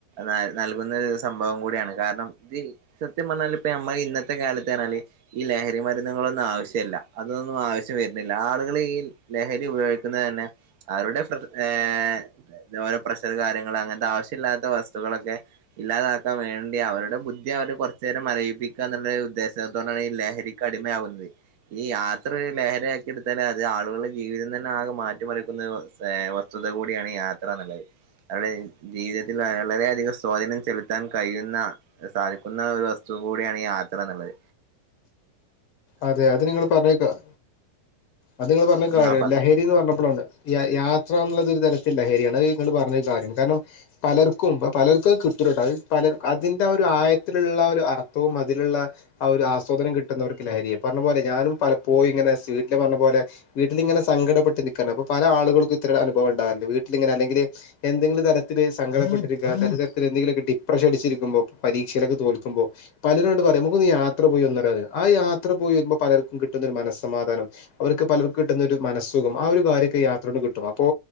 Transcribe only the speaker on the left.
അതെ അത് നിങ്ങൾ പറഞ്ഞേക്കാം അത് നിങ്ങൾ പറഞ്ഞ
കാര്യം
ലഹരി എന്ന് പറഞ്ഞപ്പോഴാണ് യാ യാത്രന്നുള്ളത് ഒരു തരത്തിൽ ലഹരിയാണ് അഹ് നിങ്ങൾ പറഞ്ഞത് കാര്യം കാരണം പലർക്കും അ പലർക്കും അത് കിട്ടുലട്ടോ അഹ് പലർ അതിൻ്റെ ഒരു ആയത്തിലുള്ള ഒരു അർത്ഥവും അതിലുള്ള ആ ഒരു ആസ്വാദനം കിട്ടുന്നവർക്ക് ലഹരിയ പറഞ്ഞ പോലെ ഞാനും പലപ്പോഴും ഇങ്ങനെ സിക്കെ പറഞ്ഞ പോലെ വീട്ടിലിങ്ങനെ സങ്കടപെട്ട് നിൽക്കാണ് അപ്പൊ പല ആളുകൾക്കും ഇത്തരം അനുഭവം ഇണ്ടാവറുണ്ട് വീട്ടിലിങ്ങെ അല്ലെങ്കില് എന്തെങ്കിലും തരത്തില് സങ്കടപ്പെട്ടിരിക്കുക തര തരത്തിൽ എന്തെിലൊക്കെ ഡിപ്രഷൻ അടിച്ചിരിക്കുമ്പോ പരീക്ഷയിലൊക്ക തോക്കുമ്പോ പലരും ണ്ട് പറയും നമുക്കൊന്ന് യാത്ര പോയി വന്നരെയും ആ യാത്ര പോയി വരുമ്പോൾ പലർക്കും കിട്ടുന്ന ഒരു മനസ്സമാധാനം അവർക്ക് പലർക്ക് കിട്ടുന്ന ഒരു മനസ്സുഖം ആ ഒരു കാര്യൊക്കെ യാത്ര കൊണ്ട് കിട്ടും അപ്പോ